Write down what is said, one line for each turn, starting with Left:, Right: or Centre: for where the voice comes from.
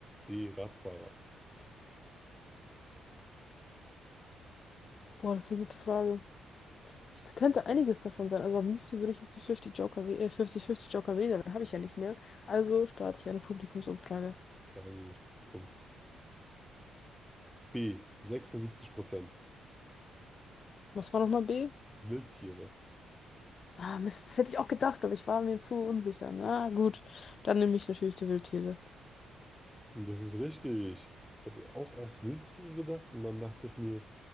Centre: D. Radfahrer.
Left: Boah, das ist eine gute Frage. Es könnte einiges davon sein. Also am liebsten würde ich jetzt einen 50 Joker, wäh- äh, 50-50 Joker wählen, den habe ich ja nicht mehr. Also starte ich eine Publikumsumfrage.
Centre: Fragen wir ins Publikum. B. 76 Prozent.
Left: Was war nochmal B?
Centre: Wildtiere.
Left: Ah, Mist, das hätte ich auch gedacht, aber ich war mir zu unsicher. Na gut, dann nehme ich natürlich die Wildtiere.
Centre: Und das ist richtig. Ich habe ja auch erst Wildtiere gedacht und dann dachte ich mir,